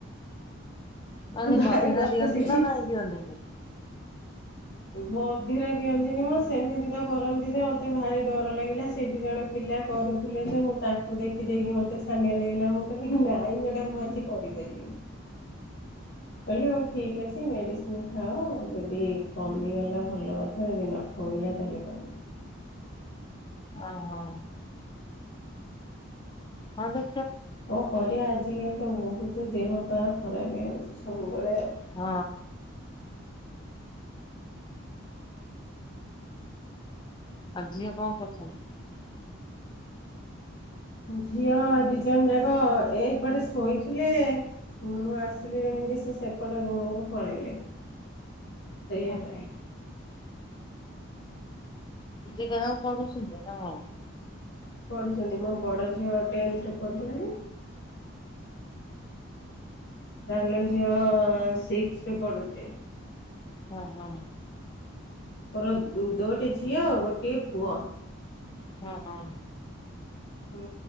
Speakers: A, on the left; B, on the left.
A: ନାଇ
B: ଭାରି
A: ବଧିରା
B: କଷ୍ଟ
A: ଦିଅନ୍ତି
B: ସେଠି
A: ନା ନାଇଁ ଦିଅନ୍ତି ନି।
B: ବଧୀରେ ଦିଅନ୍ତିନି ମ ସେମିତି ତ କରନ୍ତି ଯେ ମତେ ଭାରି ଡର ଲାଗିଲା ସେଇଠି ଜଣେ ପି ପିଲା କରୁଥିଲେ ଯେ ମୁଁ ତାଙ୍କୁ ଦେଖିଦେଇକି ମତେ ଛାନିଆ ଲାଗିଲା ମୁଁ କହିଲି ନାଇଁ ମ୍ୟାଡ଼ାମ ମୁଁ ଆଜି କରିପାରିବିନି। କଉଲି ହଉ ଠିକ ଅଛି। ମେଡିସିନି ଖାଅ ଯଦି କମିଗଲା ଭଲ କଥା ଯଦି ନ କମିଲା ତାହେଲେ କରିବା।
A: ଓ ହୋ। ହଁ ଦେ
B: କ କରିବା ଆଜିକାଲି ତ ବହୁତ ଦେହ ପା ଖରାପ ହଉଚି ସବୁବେଳେ।
A: ହଁ। ଆଉ ଝିଅ କଣ କରୁଚନ୍ତି?
B: ଝିଅ ଦିଜଣ ଯାକ ଏଇପଟେ ଶୋଇଥିଲେ। ମୁଁ ଆସିଲି ଯେମିତି ସେ ସେପଟ ରୁମକୁ ପଳେଇଲେ। ଶୋଇବା
A: ଓ
B: ପାଇଁ।
A: ହୋ। ଦି ଟା ଯାକ ପଡ଼ୁଛନ୍ତି ନା କଣ?
B: ପଢ଼ୁଚନ୍ତି ମୋ ବଡ଼ ଝିଅ ଟେନ୍ଥରେ ପଢିଲାଣି। ସାନ ଝିଅ ସିକସ୍ ରେ ପଢୁଚି।
A: ହଁ ହଁ।
B: ପର ଦୋଟି ଝିଅ ଗୋଟିଏ ପୁଅ।
A: ହଁ ହଁ।
B: ହୁଁ